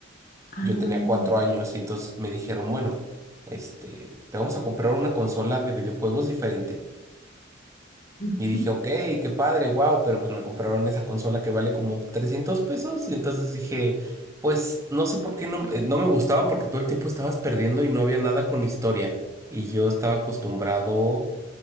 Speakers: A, on the left; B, on the right.
A: Ah, mm,
B: Yo tenía cuatro años y entonces me dijeron, bueno, este, te vamos a comprar una consola de videojuegos diferente.
A: <laughs>
B: Y dije, ok, qué padre, wow, pero pues me compraron esa consola que vale como 300 pesos. Y entonces dije, pues no sé por qué no, eh, no me gustaba porque todo el tiempo estabas perdiendo y no había nada con historia. Y yo estaba acostumbrado